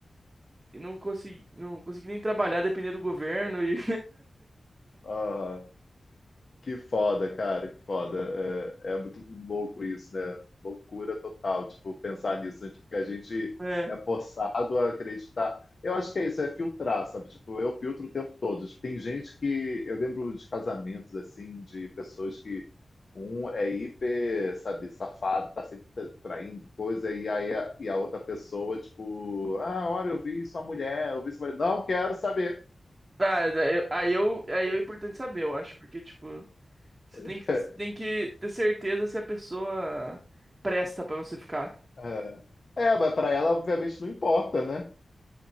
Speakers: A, on the right; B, on the left.
A: e não consegui, não consegui nem trabalhar, depender do governo. e
B: Ah. Que foda, cara, que foda. É, é muito louco isso, né? Loucura total, tipo, pensar nisso, né? Tipo, que a gente
A: É. É.
B: é forçado a acreditar. Eu acho que é isso, é filtrar, sabe? Tipo, eu filtro o tempo todo. Tipo, tem gente que. Eu lembro de casamentos, assim, de pessoas que um é hiper, sabe, safado, tá sempre tra- traindo coisa, e aí a, e a outra pessoa, tipo, ah, olha, eu vi sua mulher, eu vi sua mulher. Não quero saber.
A: Ah, é, eu- aí eu, aí é importante saber, eu acho, porque, tipo, você
B: <laughs>
A: tem que, você tem que ter certeza se a pessoa presta pra você ficar.
B: É, é mas pra ela, obviamente, não importa, né?